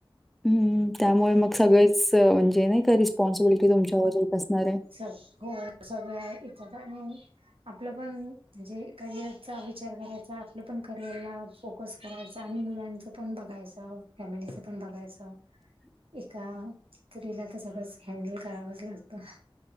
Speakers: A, in the centre; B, on the right.
A: हम्मं त्यांमुळे मंग सगळेच म्हणजे नाहीं कां रिस्पॉन्सिबिलिटी तुमच्यांवर येतं असणारं आहे
B: चालं हो अं ग इत <unintelligible> आपलं पणं म्हणजे करिअरचा विचार करांयचा आपलं पणं करिअरला फ कसं करायचं आणि मुलांचं पणं बघायचं फॅमिलीच पणं बघायचं
A: ह <unintelligible>
B: एकां स्त्रीला तरं सगळंच हँनडल करावंच लागतं